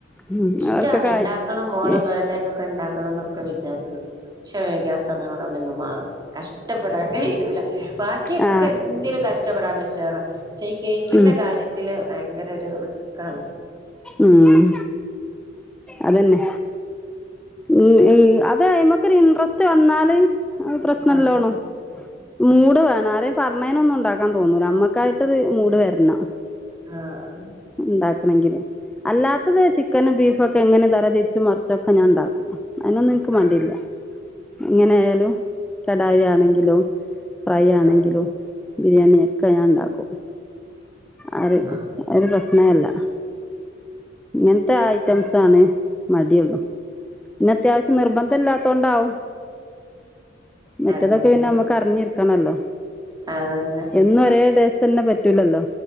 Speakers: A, in the centre; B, on the right.
A: ഉം
B: ഇഷ്ടാണ്
A: അവർക്കൊക്കെ
B: ഉണ്ടാക്കണം മോളെ
A: ഏ
B: ബേർഡേക്ക ക്ക ഉണ്ടാക്കണം എന്നൊക്കെ വിചാരിക്കും, പക്ഷേ എങ്കിൽ ആ സമയ <unintelligible> കഷ്ടപ്പെടാൻ കഴിയൂല, ബാക്കിയൊക്കെ
A: ആ ആ
B: എന്തേലും കഷ്ടപ്പെടാൻ ഉഷാറാ പക്ഷെ ഈ കേക്കിൻ്റെ
A: ഉം
B: കാര്യത്തില് ഭയങ്കര ഒരു റിസ്ക്കാണ്
A: ആഹ് അതന്നെ. ഉം ഈ അത് അതിമ്മേക്ക് ഒരു ഇൻട്രസ്റ്റ് വന്നാല് പ്രശ്നം.
B: ആഹ്
A: <unintelligible> മൂട് വേണം. ആരേലും പറഞ്ഞേനൊന്നും ഉണ്ടാക്കാൻ തോന്നൂല, ഞമ്മക്കായിട്ട് ട്ട് ഒരു മൂട് വരണം.
B: ആഹ് ആഹ്
A: ഉണ്ടാക്കണെങ്കില്. അല്ലാത്തത് ചിക്കനും ബീഫും ഒക്കെ എങ്ങനേം തരം തിരിച്ചും മറിച്ചും ഒക്കെ ഞാൻ ഉണ്ടാക്കും. അതിനൊന്നും എനിക്ക് മടിയില്ല.
B: ആഹ്
A: എങ്ങനെ ആയാലും കടായി ആണെങ്കിലും ഫ്രൈ ആണെങ്കിലും
B: ആഹ്
A: ബിരിയാണി ഒക്കെ ഞാൻ ഉണ്ടാക്കും, ആര്
B: ആഹ്
A: അതൊരു പ്രശ്നേ അല്ല ഇങ്ങനത്തെ ഐറ്റംസ് ആണ് മടിയുള്ളു പിന്നെ അത്യാവശ്യം നിർബന്ധം ഇല്ലാത്തോണ്ടാവും മറ്റേതൊക്കെ
B: അതന്നെ
A: പിന്നെ നമ്ക്ക് അറിഞ്ഞിരിക്കണല്ലോ
B: അതന്നെ
A: എന്നും ഒരേ ടേസ്റ്റ് തന്നെ പറ്റൂലല്ലോ